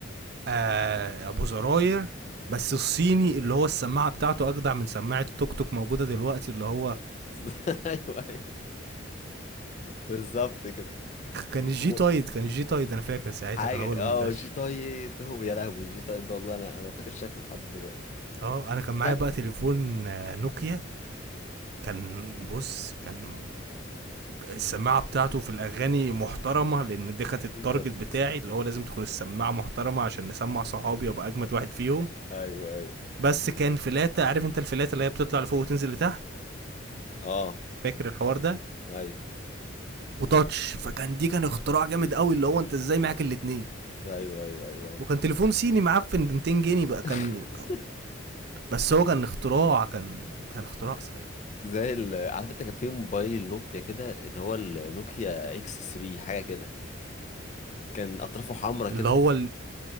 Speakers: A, on the right; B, on the left.
A: آه ابو زراير بس الصيني اللي هو السماعه بتاعته اجدع من سماعه توك توك موجوده دلوقتي اللي هو
B: <laughs> ايوه أيوة. بالظبط كده
A: كان الجي
B: هو
A: تايد كان الجي تايد انا فاكر ساعتها
B: حاجه
A: كان هو اللي
B: اه
A: منتشر
B: جي طايد هو يا لهوي جي طايد ده والله انا انا فاكر شكله لحد دلوقتي
A: اه انا كان معايا
B: شكله
A: بقى تليفون آه، نوكيا كان بص كان السماعه بتاعته في الاغاني محترمه لان دي كانت التارجت
B: بيكرس
A: بتاعي اللي هو لازم تكون السماعه محترمه عشان نسمع صحابي وابقى اجمد واحد فيهم
B: ايوه ايوه
A: بس كان فلاته عارف انت الفلاته اللي هي بتطلع لفوق وتنزل لتحت
B: اه
A: فاكر الحوار ده
B: ايوه
A: وتاتش فكان دي كان اختراع جامد قوي اللي هو انت ازاي معاك الاتنين
B: ايوه ايوه ايوه ايوه
A: وكان تليفون صيني معفن ب 200 جنيه بقى كان
B: <laughs>
A: بس هو كان اختراع كان كان اختراع ساعتها
B: زي ال... عارف انت كان في موبايل نوكيا كده اللي هو النوكيا اكس 3 حاجه كده كان اطرافه حمرا كده
A: اللي هو ال-